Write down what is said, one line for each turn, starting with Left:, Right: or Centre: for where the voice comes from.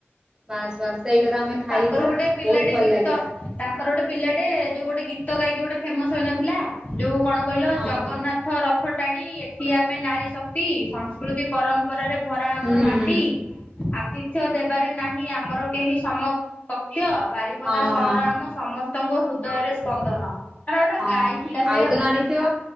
Right: ବାସ୍ ବାସ୍ ସେଇଟା ତ ଆମେ ଖାଇଲୁ
Left: ତାଙ୍କର ଗୋଟେ ପିଲାଟେ
Right: ବହୁତ ଭଲ
Left: ଗୀତ
Right: ଲାଗିଲା
Left: ତାଙ୍କର ଗୋଟେ ପିଲାଟେ ଯୋଉ ଗୋଟେ ଗୀତ ଗାଇକି ଗୋଟେ ଫେମସ୍ ହୋଇନଥିଲା? ଯୋଉ କଣ କହିଲ
Right: ହଁ
Left: ଜଗନ୍ନାଥ
Right: ହଁ।
Left: ରଥ ଟାଣି ଏଠି ଆମେ ନାରୀ ଶକ୍ତି ସଂସ୍କୃତି ପରମ୍ପରାରେ ଧରା ଆମର
Right: ହୁଁ ହୁଁ
Left: ମାଟି ଆତିଥ୍ୟ ଦେବାରେ ନାହିଁ ଆମର କେହି ସମ ପକ୍ଷ ବାରିପଦା
Right: ହଁ
Left: ସହର
Right: ହଁ
Left: ଆମ ସମସ୍ତଙ୍କ ହୃଦୟରେ ସ୍ପନ୍ଦନ। ଆରେ ଗୋଟା
Right: ଅଁ
Left: ଗାଇଥିଲା ସେ
Right: ଆଉ ତ ଜାଣିଥିବ।